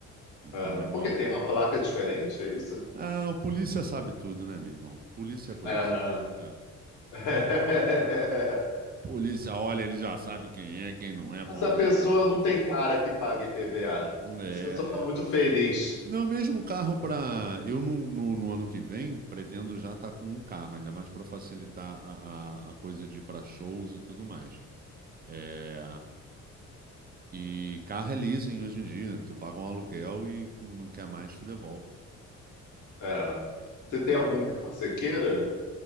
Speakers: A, on the right; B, on the left.
A: Então,
B: ah.
A: meu irmão,
B: Porque tem uma placa diferente, é isso?
A: ó, ah, o polícia sabe tudo, né, meu irmão? Polícia é polícia.
B: É, né?
A: É.
B: <laughs>
A: Polícia olha, ele já sabe quem é, quem não é, pra
B: Essa
A: onde
B: pessoa
A: vai.
B: não tem cara que paga IPVA.
A: É,
B: Essa pessoa está muito
A: é.
B: feliz.
A: Não, mesmo carro pra. Eu no, no, no ano que vem pretendo já estar com um carro, ainda mais pra facilitar a, a, a coisa de ir pra shows e tudo mais. É, E carro é leasing hoje em dia. Tu paga um aluguel e com- não quer mais, tu devolve.
B: É.
A: É,
B: Você tem
A: então-
B: algum carro que você queira?